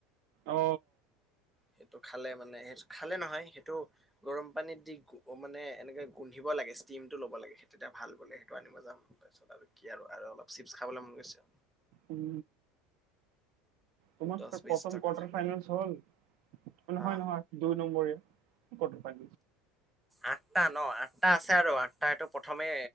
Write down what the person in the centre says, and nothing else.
সেইটো খালে মানে সেই খালে নহয় সেইটো গৰম পানীত দি মানে এনেকে গোন্ধিব ল ষ্টিমটো লব লাগে তেতি ভাল বোলে সেইটো আনিব যাম তাৰিছত আৰু কি আৰু অলপ চিপছ খাব মন গৈছে
দহ বিশ
টকা
থাকিলে
অ
আঠটা ন আঠটা আছে আৰু আঠ এইটো প্ৰথমে